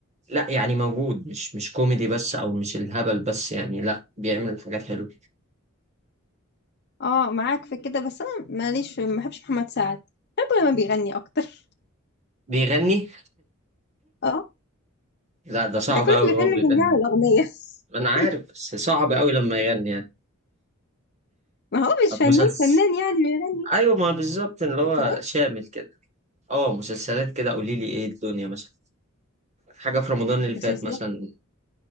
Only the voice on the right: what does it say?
لا يعني موجود مش مش كوميدي بس أو مش الهبل بس يعني لا بيعمل حاجات حلوة
بيغني
لا ده صعب
أوي هو
بيغني
ما أنا عارف بس صعب أوي لما يغني يعني
طب
مسلسل
أيوة ما بالظبط اللي
هو شامل كده اه مسلسلات كده قولي لي ايه الدنيا مثلا حاجة في رمضان اللي
فات مثلا